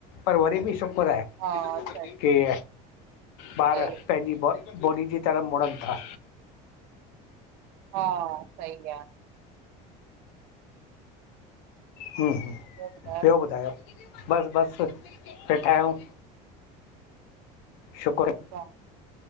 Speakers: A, on the left (about 70°); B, on the right (about 75°).
A: पर वरी बि शुक्र आहे।
B: हा सही
A: की ॿारु,
B: सही
A: पंहिंजी बॉडी जी तरह मुड़नि था।
B: हा सही आ।
A: हू हू
B: ॿियो ॿुधाय?
A: ॿियो ॿुधायो बसि बसि वेठा आहियूं। शुक्र
B: हा